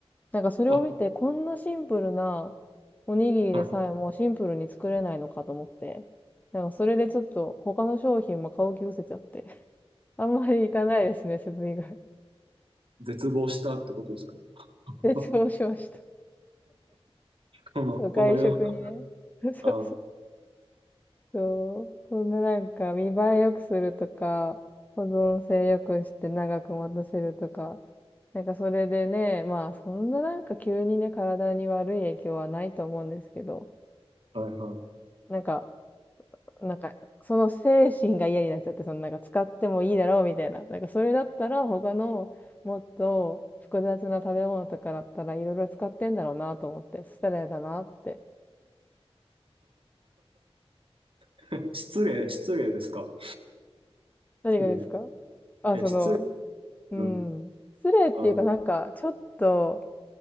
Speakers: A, on the left; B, on the right.
A: なんかそれを見て、
B: あ、
A: こんなシンプルなおにぎりでさえもシンプルに作れないのかと思って、
B: はい。
A: なんかそれでちょっと他の商品も買う気失せちゃって、<laughs> あんまり行かないですね、セブン以外。
B: 絶望したってことですか <laughs>
A: 絶望しました。
B: この、
A: そう、外食にね。
B: この世の中、
A: <laughs> そうそう。
B: あ
A: そう、そんななんか見栄え良くするとか、保存性良くして長く持たせるとか、なんかそれでね、まあそんななんか急にね、体に悪い影響はないと思うんですけど、
B: はいはい。
A: なんかなんか、その精神が嫌になっちゃって、そのなんか使ってもいいだろうみたいな。なんかそれだったら他のもっと複雑な食べ物とかだったらいろいろ使ってんだろうなと思って、失礼だなって。
B: <laughs> 失礼、失礼ですか。
A: 何がですか
B: 失礼。
A: あ、その、
B: え、失礼。
A: うん。
B: うん。
A: 失礼っていうかなんか、
B: あ、
A: ちょっと、